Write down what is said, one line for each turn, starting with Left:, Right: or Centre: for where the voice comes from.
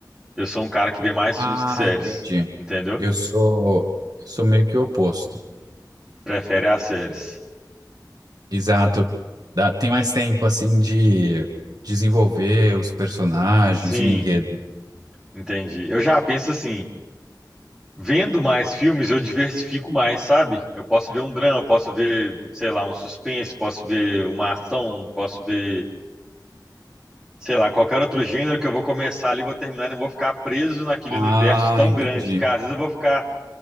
Centre: eu sou um cara que vê mais
Right: Ah,
Centre: filmes que séries,
Right: entendi.
Centre: entendeu?
Right: Eu sou, sou meio que o oposto.
Centre: Prefere as séries.
Right: Exato. Dá- tem mais tempo, assim, de desenvolver os personagens
Centre: Sim,
Right: e o enredo.
Centre: entendi. Eu já penso assim, vendo mais filmes, eu diversifico mais, sabe? Eu posso ver um drama, posso ver, sei lá, um suspense, posso ver uma ação, posso ver, sei lá, qualquer outro gênero que eu vou começar ali, vou terminar, não vou ficar preso naquele
Right: Ah,
Centre: universo tão
Right: entendi.
Centre: grande. Cara, às vezes eu vou ficar